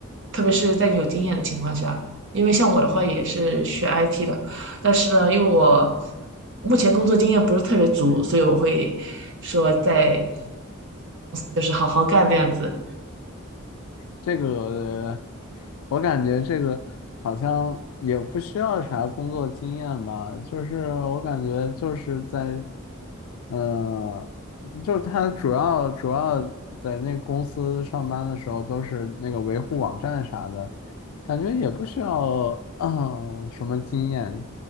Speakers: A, on the right; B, on the left.
A: 特别是在你有经验的情况下，因为像我的话也是学 IT 的，但是呢，因为我目前工作经验不是特别足，所以我会说在就是好好干这样子。
B: 这个，我感觉这个好像也不需要啥工作经验吧，就是我感觉就是在，呃，就是他主要主要在那公司上班的时候都是那个维护网站啥的，感觉也不需要 <coughs>，嗯、什么经验。